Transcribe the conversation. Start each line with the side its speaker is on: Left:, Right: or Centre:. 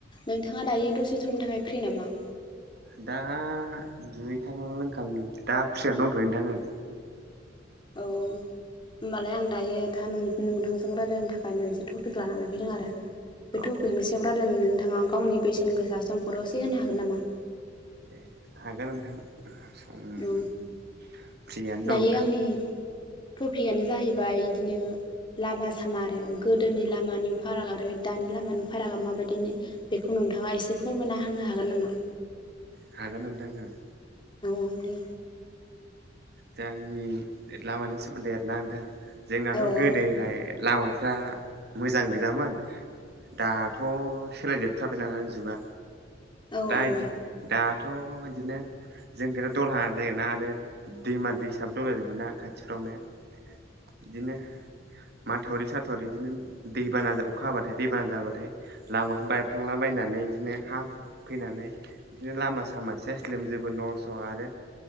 Left: नोंथाङा दायो दसे समनि थाखाय फ्रि नामा?
Right: दा दुगैखां लोंखां दा फ्रिआनो दंथ'यो नोंथां ओं
Left: औ होमबालाय आं दायो दा नोंथांजों रायज्लायनो थाखाय मोनसे टपिक लानानै फैदों आरो। बे
Right: ओं
Left: टपिकनि
Right: अ
Left: सायाव रायलायनो नोंथाङा गावनि बेसेन गोसा समखौ दसे होनो हागोन नामा?
Right: ए हागोन नोंथां सम
Left: औ
Right: फ्रियानो
Left: दायो
Right: दं नोंथां।
Left: आंनि टपिकआनो जाहैबाय बिदिनो लामा सामा आरो गोदोनि लामानि फाराग आरो दानि लामानि फारागा माबायदिनि बेखौ नोंथाङा एसे फोरमायना होनो हागोन नामा?
Right: हागोन नोंथां ओं
Left: औ औ दे
Right: गामिनि लामानि सोमोन्दै आरोना नोंथां जोंनाथ'
Left: औ
Right: गोदोहाय
Left: औ
Right: लामाफ्रा मोजां गोजामोन दाथ' सोलायजोबथारबाय नालाय जुगा
Left: दाथ'
Right: दा इदि दाथ' बिदिनो जोंनिखैथ' दलहा जायोना आरो दैमा दैसाबो दंजाजोबो ना खाथिफ्रावनो बिदिनो माथावरि साथावरि बिदिनो दैबाना अखा हाबाथाय दैबाना जाबाथाय लामाफोर बायफ्लंलाबायायनानै बिदिनो हा फैनानै बिदिनो लामा सामा सेस जेबो न' स' आरो